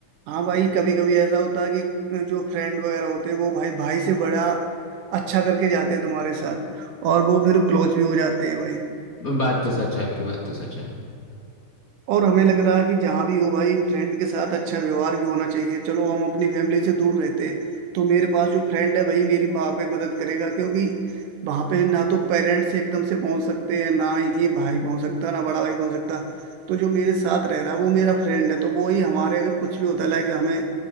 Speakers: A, on the right (about 85°); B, on the left (about 40°).
A: हाँ भाई कभी कभी ऐसा होता है कि जो फ्रेंड वगैरह होते हैं वो भाई भाई से बड़ा अच्छा करके जाते हैं तुम्हारे साथ और वो फिर क्लोज भी हो जाते हैं भाई
B: बात तो सच है आपकी बात तो सच है
A: और हमें लग रहा है कि जहाँ भी हो भाई फ्रेंड के साथ अच्छा व्यवहार भी होना चाहिए चलो हम अपनी फैमिली से दूर रहते हैं तो मेरे पास जो फ्रेंड है वही मेरी वहाँ पे मदद करेगा क्योंकि वहाँ पे ना तो पेरेंट्स एकदम से पहुँच सकते हैं ना ही भाई पहुँच सकता ना बड़ा भाई पहुँच सकता तो जो मेरे साथ रह रहा है वो मेरा फ्रेंड है तो वो ही हमारे अगर कुछ भी होता लाइक हमें